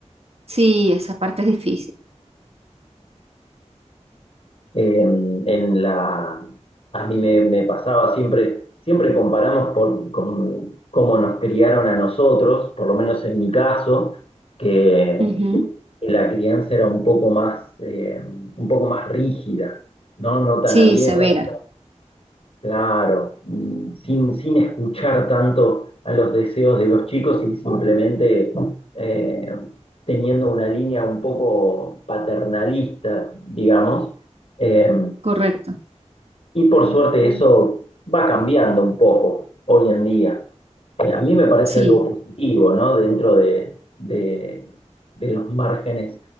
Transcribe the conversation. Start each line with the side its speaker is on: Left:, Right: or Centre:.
Right: Sí, esa parte es difícil.
Left: Eh, en la, a mí me, me pasaba siempre, siempre comparamos por, con cómo nos criaron a nosotros, por lo menos en mi caso, que
Right: Ujú.
Left: la crianza era un poco más, eh, un poco más rígida, ¿no? No tan
Right: Sí,
Left: abierta,
Right: severa,
Left: claro, mm, sin, sin escuchar tanto a los deseos de los chicos y simplemente eh, teniendo una línea un poco paternalista, digamos. Eh,
Right: correcto.
Left: y por suerte eso va cambiando un poco hoy en día. Eh, A mí me parece
Right: Sí.
Left: algo positivo, ¿no? Dentro de, de- de los márgenes